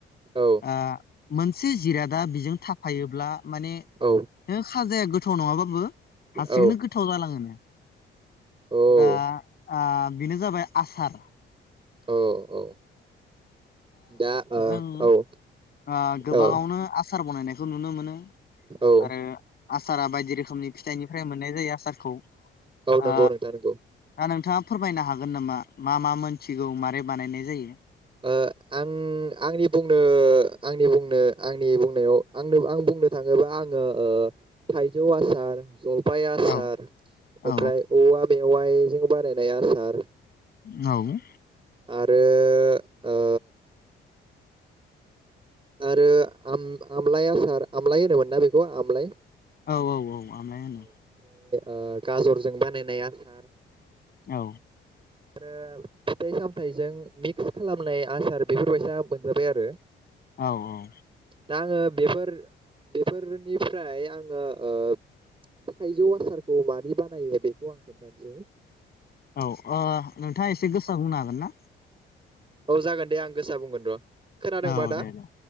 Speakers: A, on the right; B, on the left.
A: औ
B: ओं। मोन। ए जिरादा बेजों थाफायोब्ला माने
A: औ
B: खाजाया। गोथाव' नङाबाबो। हारसिंनो
A: औ
B: गोथाव जालाङोनो।
A: औ
B: दा आं बेनो जाबाय आसार
A: औ औ दा
B: जों
A: ओ औ
B: ओ गोबाङावनो
A: औ
B: आस सार बानायनायखौ नुनो मोनो नों
A: औ
B: आरो आसारा बायदि रोखोमनि फिथाइनिफ्राय मोननाय जायो आसारखौ ओ
A: नंगौ नोंथां नंगौ
B: दा नोंथाङा फोरमायनो हागोन नामा मा मा मोनथिगौ मारै बानायनाय जायो
A: ओ आं आंनि बुंनो आंनि बुंनो आंनि बुंनायाव आंनो आं बुंनो थाङोबा आङो ओ थाइजौ आसार जल फाय आसार
B: औ
A: ओमफ्राय
B: औ
A: औवा मेवाइ जों बानायनाय आसार
B: औ
A: आरो ओ आरो आम-आमलाय आसार आमलाय होनोमोनना बेखौ आमलाय?
B: औ औ औ आमलाय होनो।
A: ओ गाजरजों बानायनाय आसार।
B: औ
A: आरो फिथाइ सामथाइजों मिक्स खालामनाय आसार बेफोरबायसा मोनजाबाय आरो।
B: औ औ
A: दा आङो बेफोर बेफोरनिफ्राय आङो ओ थाइजौ आसारखौ मार बानायो बेखौ आं खोन्थासै।
B: औ ओ नोंथाङा एसे गोसा बुंनो हागोन ना?
A: औ जागोन दे आं गोसा बुंगोन र'। खोनादोंबा
B: औ
A: दा
B: दे दे